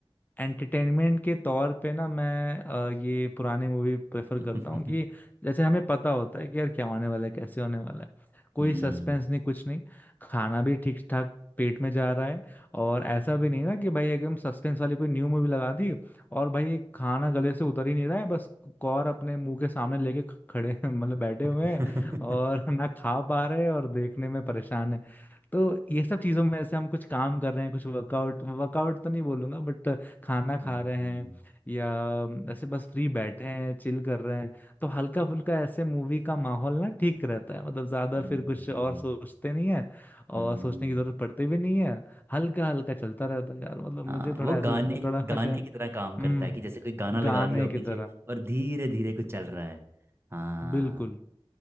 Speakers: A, on the left; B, on the right.
A: एंटरटेनमेंट के तौर पे ना मैं अ, ये पुराने मूवी प्रेफर
B: <laughs>
A: करता हूँ कि जैसे हमें पता होता है कि यार क्या होने वाला है कैसे होने वाला है कोई
B: हम्म
A: सस्पेंस नहीं कुछ नहीं खाना भी ठीक ठाक पेट में जा रहा है और ऐसा भी नहीं ना कि भाई एकदम सस्पेंस वाली कोई न्यू मूवी लगा दी और भाई ये खाना गले से उतर ही नहीं रहा है बस कौर अपने मुंह के सामने लेके ख- खड़े <laughs> हैं, मतलब बैठे
B: <laughs>
A: हुए हैं और <laughs> ना खा पा रहे हैं और देखने में परेशान है तो ये सब चीजों में ऐसे हम कुछ काम कर रहे हैं कुछ वर्कआउट वर्कआउट तो नहीं बोलूंगा बट खाना खा
B: हम्म,
A: रहे हैं या ऐसे बस फ्री बैठे हैं चिल कर रहे हैं तो हल्का फुल्का ऐसे मूवी का माहौल ना ठीक रहता है मतलब ज्यादा
B: हम्म,
A: फिर कुछ और सोचते नहीं है
B: हम्म।
A: और सोचने की जरूरत पड़ती भी नहीं है हल्का हल्का चलता रहता है यार मतलब मुझे
B: हाँ
A: थोड़ा
B: वो गाने
A: ऐसा लगता है थोड़ा
B: गाने
A: शायद
B: की तरह काम करता
A: हम्म
B: है कि जैसे कोई गाना
A: गाने
B: लगा दिया हो
A: की
B: पीछे
A: तरह
B: और धीरे धीरे कुछ चल रहा है हाँ
A: बिल्कुल